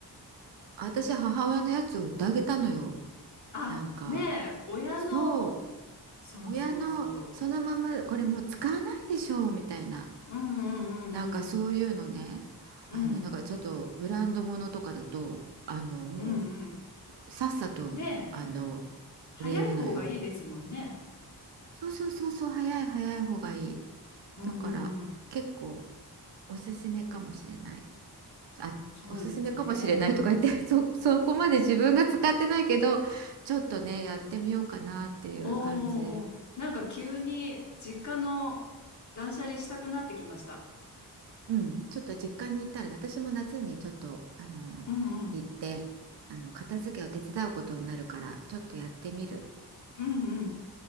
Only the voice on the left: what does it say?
<laughs> あ、
ねえ、親の、
そうそうそ
う、うんうんうん
うん、うんうんうん。
で早い方がいいですもんね。
うんうんうん、
そうですね。
おーおーおー、なんか急に実家の断捨離したくなってきました。
うんうん、
うんうん。